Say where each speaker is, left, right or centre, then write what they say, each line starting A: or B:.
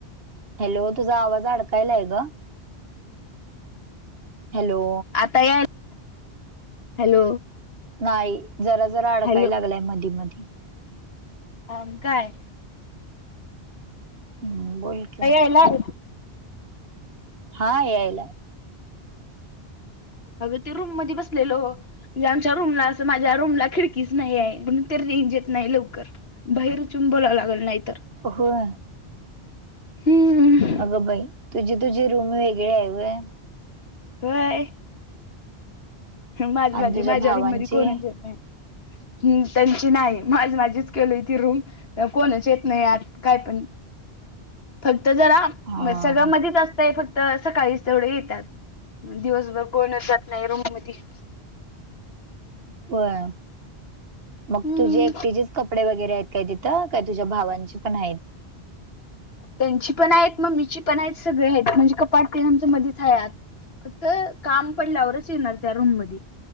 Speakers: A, on the right (about 65°); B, on the left (about 65°).
A: हॅलो तुझा आवाज अडकायला ग. हॅलो.
B: आता या हॅलो.
A: नाही जरा जरा अडकाय
B: हॅलो
A: लागलाय मधी मधी.
B: मग काय?
A: हम बोल की
B: हेला <unintelligible>
A: हा यायलाय.
B: अगं ते रूम मध्ये बसलेलो. च्या रूमला असं माझ्या रूमला खिडकीच नाही आहे म्हणून ते रेंज येत नाही लवकर. बाहेर च येऊन बोला लागेल नाही तर.
A: होय.
B: हम्.
A: अगं बाई तुझी तुझी रूम वेगळे आहे होय?
B: व्हय. माझी माझी
A: आणि तुझ्या
B: माझ्या
A: भावांची
B: रूम मध्ये कोण च येत नाही. हम् त्यांची नाही माझ माझीच केलोय ती रूम. कोणच येत नाही आत काय पण फक्त जरा
A: हा
B: सगळ
A: हा
B: मधिच असत फक्त सकाळीच तेवढे येतात दिवसभर कोणच जात नाही रूम मधी
A: होय मग
B: हम्म.
A: तुझे एकटीचेच कपडे वगैरे आहेत काय तिथं काय तुझ्या भावांची पण आहेत?
B: त्यांची पण आहेत मग मम्मीची पण आहेत सगळे आहेत म्हणजे कपाट पन आमच्या मध्येच आहे आत. फक्त काम पडल्यावरच येणार त्या रूम मध्ये.